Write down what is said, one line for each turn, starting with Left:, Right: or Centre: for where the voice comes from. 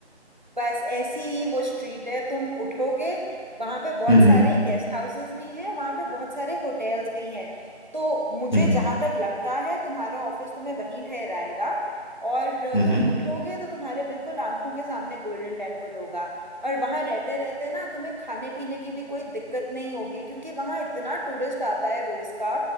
Right: बस ऐसी ही वो स्ट्रीट है तुम उठोगे वहां पे बहुत
Left: हम्म
Right: सारे गेस्ट हाउसेस भी हैं वहां पे बहुत सारे होटल्स भी हैं तो मुझे
Left: हम्म
Right: जहां तक लगता है तुम्हारा ऑफिस तुम्हें वहीं ठहराएगा और
Left: हम्म
Right: तुम
Left: हम्म
Right: उठोगे तो तुम्हारे बिल्कुल आंखों के सामने गोल्डन टेम्पल होगा और वहां रहते रहते ना तुम्हें खाने पीने की भी कोई दिक्कत नहीं होगी क्योंकि वहां इतना टूरिस्ट आता है रोज का